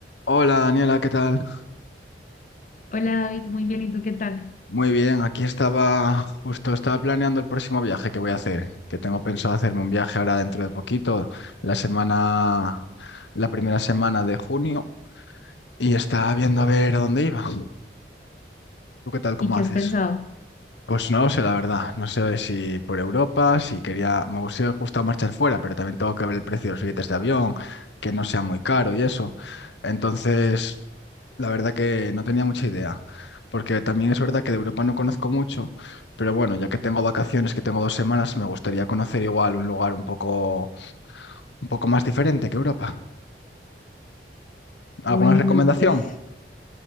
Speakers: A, on the left; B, on the left.
A: Hola Daniela, ¿qué tal?
B: Hola David, muy bien, ¿y tú qué tal?
A: Muy bien, aquí estaba, justo estaba planeando el próximo viaje que voy a hacer, que tengo pensado hacerme un viaje ahora dentro de poquito, la semana, la primera semana de junio, y estaba viendo a ver a dónde iba. ¿Tú qué tal? ¿Cómo
B: ¿Y qué
A: haces?
B: has pensado?
A: Pues no lo sé, la verdad. No sé si por Europa, si quería, me gustaría justo marchar fuera, pero también tengo que ver el precio de los billetes de avión, que no sea muy caro y eso. Entonces, la verdad que no tenía mucha idea, porque también es verdad que de Europa no conozco mucho, pero bueno, ya que tengo vacaciones, que tengo dos semanas, me gustaría conocer igual un lugar un poco, un poco más diferente que Europa. ¿Alguna
B: Bueno,
A: recomendación?
B: pues,